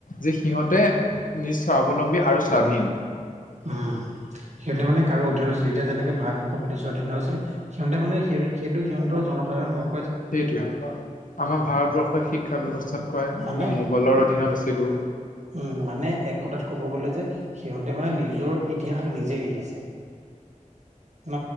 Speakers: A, on the left; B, on the right.
A: যে সিহঁতে নিজ স্বাৱলম্বী আৰু স্বাধীন।
B: উম, সিহঁতে মানে কাৰো অধীন নাছিল এতিয়া যেনেকে ভাৰতবৰ্ষ ব্ৰিটিছৰ অধীনত আছিল। সিহঁতে মানে সেই সেইটো সিহঁত জনসাধাৰণ নক
A: সেইটোৱে আমাৰ ভাৰতবৰ্ষই শিক্ষা ব্যৱস্থাত কয়
B: মানে
A: আমি মোগলৰ অধীনত আছিলোঁ।
B: উম, মানে এক কথাত ক'ব গলে যে সিহঁতে মানে নিজৰ ইতিহাস নিজে লিখিছে। ন।